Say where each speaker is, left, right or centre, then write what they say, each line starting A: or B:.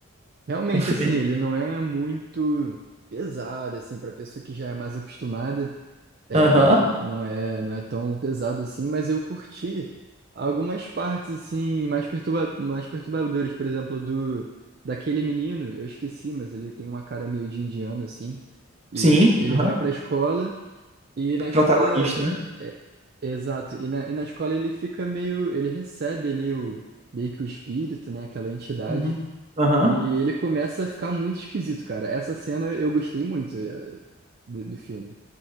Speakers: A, on the right; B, on the right.
A: realmente,
B: um filme.
A: assim, ele não é muito pesado, assim, para pessoa que já é mais acostumada, é,
B: Aham.
A: não é, não é tão pesado assim, mas eu curti algumas partes, assim, mais perturba, mais perturbadoras, por exemplo, do daquele menino, eu esqueci, mas ele tem uma cara meio de indiano, assim, e
B: Sim,
A: ele
B: aham.
A: vai para a escola. E na escola,
B: Protagonista,
A: é-
B: né?
A: é- exato, e na, e na escola ele fica meio, ele recebe ali o, meio que o espírito, né, aquela entidade,
B: Uhum. Aham.
A: e ele começa a ficar muito esquisito, cara. Essa cena eu gostei muito eh, do, do filme.